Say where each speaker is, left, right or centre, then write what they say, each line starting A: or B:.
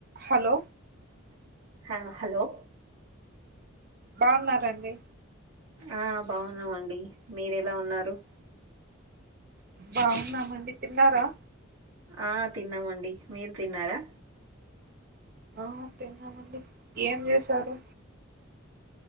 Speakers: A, on the right; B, on the right.
A: Hello
B: హ hello
A: బాగున్నారండి
B: ఆ బాగున్నామండి మీరు ఎలా ఉన్నారు
A: బాగున్నామండి తిన్నారా
B: ఆ తిన్నామండి మీరు తిన్నారా
A: ఆ తిన్నామండి ఏం చేశారు